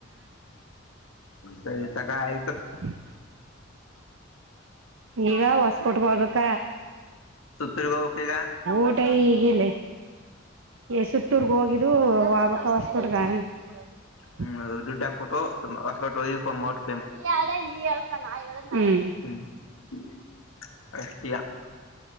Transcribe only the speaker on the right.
<unintelligible> ಈಗ ಹೊಸಕೋಟೆಗೊಗ್ಬೇಕ
ಊಟ ಹೀಗಿಲ್ಲ ಸುತ್ತೂರ್ಗ ಹೋಗಿದ್ದು ವಾಬಕ್ಕ ಹೊಸ್ಕಟ್ಗ <unintelligible>
ಹ್ಮ್